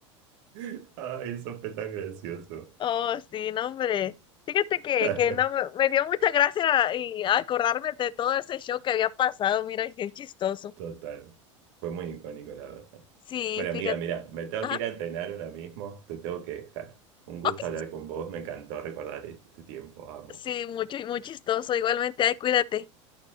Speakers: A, on the right; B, on the left.
A: <laughs> Ay, eso fue tan gracioso.
B: Oh, sí, no, hombre. Fíjate que,
A: <laughs>
B: que no, me me dio mucha gracia y acordarme de todo ese show que había pasado. Mira, qué chistoso.
A: Total. Fue muy icónico, la verdad.
B: Sí,
A: Bueno,
B: fíjate.
A: amiga, mira, me tengo
B: Ajá.
A: que ir a entrenar ahora mismo. Te tengo que dejar. Un gusto
B: ok.
A: hablar con vos. Me encantó recordar este tiempo. Amo.
B: Sí, mucho, muy chistoso. Igualmente, ay, cuídate.